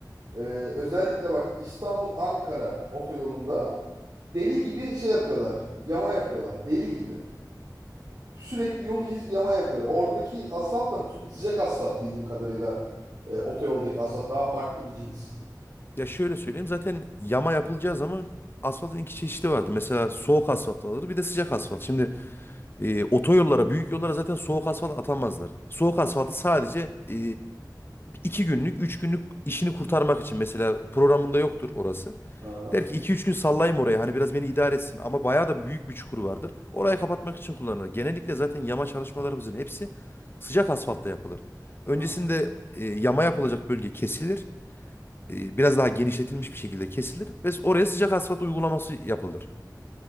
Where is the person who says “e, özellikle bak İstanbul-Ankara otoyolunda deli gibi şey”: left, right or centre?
Right